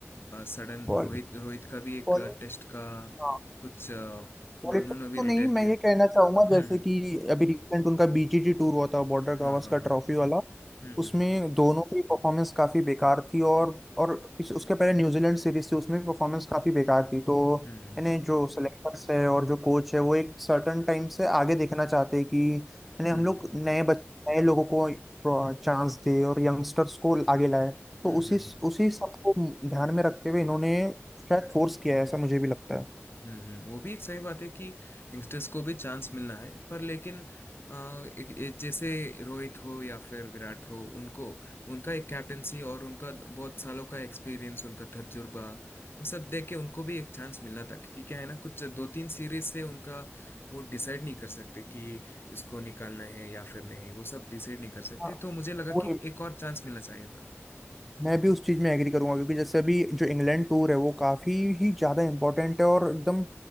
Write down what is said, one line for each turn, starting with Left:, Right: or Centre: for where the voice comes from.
Left: सडन
Centre: बॉल-
Left: रोहित रोहित का भी एक
Centre: बॉल-
Left: टेस्ट का
Centre: हाँ
Left: कुछ अ, उन्होंने
Centre: लॉलीपॉप
Left: भी
Centre: तो
Left: रिटायर
Centre: नहीं मैं
Left: किया
Centre: ये कहना चाहूंगा
Left: हम्म
Centre: जैसे कि अभी रिसेंट उनका बीजीटी टूर हुआ था बॉर्डर
Left: हाँ
Centre: गावस्कर
Left: हाँ
Centre: का
Left: हाँ
Centre: ट्रॉफी वाला
Left: हम्म हम्म
Centre: उसमें दोनों की परफॉर्मेंस काफी बेकार थी और और पिछ- उसके पहले न्यूजीलैंड सीरीज थी उसमें भी परफॉर्मेंस काफी बेकार थी तो
Left: हम्म
Centre: यानी जो सेलेक्टर्स है और जो कोच है वो एक सर्टन टाइम से आगे देखना चाहते हैं कि यानी
Left: हम्म
Centre: हम लोग नए बच नए लोगों को चांस दे और यंगस्टर्स को आगे लाए तो
Left: हम्म
Centre: उसी
Left: हम्म
Centre: उसी सबको ध्यान में रखते हुए इन्होंने शायद फोर्स किया है ऐसा मुझे भी लगता है
Left: हम्म हम्म, वो भी एक सही बात है कि यंगस्टर्स को भी चांस मिलना है पर लेकिन अ, एक, एक जैसे रोहित हो या फिर विराट हो उनको उनका एक कैप्टेंसी और उनका बहुत सालों का एक्सपीरियंस उनका तजुर्बा वो सब देख के उनको भी एक चांस मिलना था क्योंकि क्या है ना कुछ दो तीन सीरीज से उनका वो डिसाइड नहीं कर सकते कि इसको निकालना है या फिर नहीं वो सब डिसाइड नहीं कर सकते
Centre: हाँ,
Left: तो मुझे लगा
Centre: वो
Left: कि एक और चांस मिलना चाहिए था
Centre: मैं भी उस चीज़ में एग्री करूंगा क्योंकि जैसे अभी जो इंग्लैंड टूर है वो काफ़ी ही ज़्यादा इम्पोर्टेंट है और एकदम